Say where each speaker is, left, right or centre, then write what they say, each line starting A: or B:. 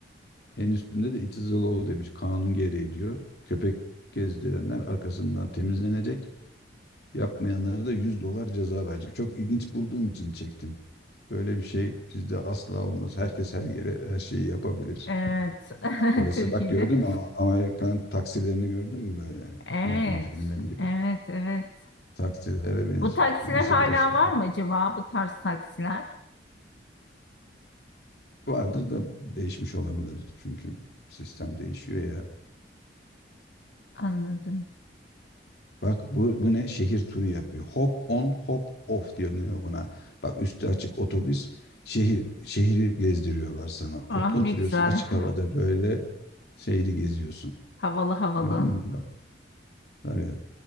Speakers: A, on the left (about 60°); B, on the left (about 85°).
A: En üstünde de it is the law demiş. Kanun gereği diyor. Köpek gezdirenler arkasından temizlenecek. Yapmayanlara da 100 dolar ceza verecek. Çok ilginç bulduğum için çektim. Böyle bir şey bizde asla olmaz. Herkes her yere her şeyi yapabilir.
B: Evet.
A: Burası
B: <laughs> Türkiye'de.
A: bak gördün mü? A- Amerikan taksilerini gördün mü böyle?
B: Evet.
A: Amerikan filmlerindeki
B: Evet, evet.
A: taksilere benziyor.
B: Bu taksiler
A: Nasıl
B: hala
A: burası güzel?
B: var mı acaba? Bu tarz taksiler.
A: Vardır da değişmiş olabilir. Çünkü sistem değişiyor ya.
B: Anladım.
A: Bak bu, bu ne? Şehir turu yapıyor. Hop on hop off diyor deniyor buna. Bak üstü açık otobüs şehir şehri gezdiriyorlar sana. Ot-
B: Ah
A: oturuyorsun
B: ne güzel.
A: açık
B: <laughs> Ha-
A: havada böyle şehri geziyorsun.
B: Havalı havalı.
A: Gördün mü? Bak tabii